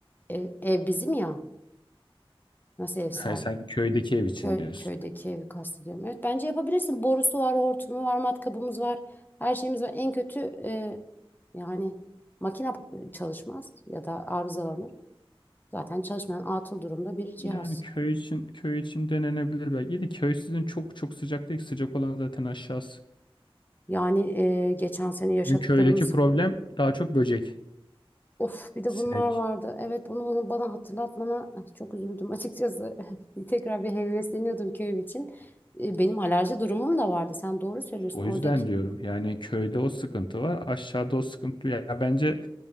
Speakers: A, on the left; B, on the left.
A: ev, ev bizim ya. Nasıl ev sahibi?
B: Ha, sen köydeki ev için
A: Köy,
B: diyorsun.
A: köydeki evi kastediyorum. Evet, bence yapabilirsin. Borusu var, hortumu var, matkabımız var. Her şeyimiz var. En kötü eee, yani makine çalışmaz ya da arızalanır. Zaten çalışmayan atıl durumda bir cihaz.
B: Yani köy için köy için denenebilir belki İyi de köy sizin çok çok sıcak değil. Sıcak olan zaten aşağısı.
A: Yani e, geçen sene yaşadıklarımız.
B: Bizim köydeki problem daha çok böcek,
A: Of bir de
B: sinek.
A: bunlar vardı. Evet bunu onu bana hatırlatmana eh, çok üzüldüm açıkçası. <laughs> Tekrar bir hevesleniyordum köyüm için. E, benim alerji durumum da vardı. Sen doğru söylüyorsun
B: İşte o
A: oradaki.
B: yüzden diyorum. Yani köyde o sıkıntı var. Aşağıda o sıkıntı yok. ya bence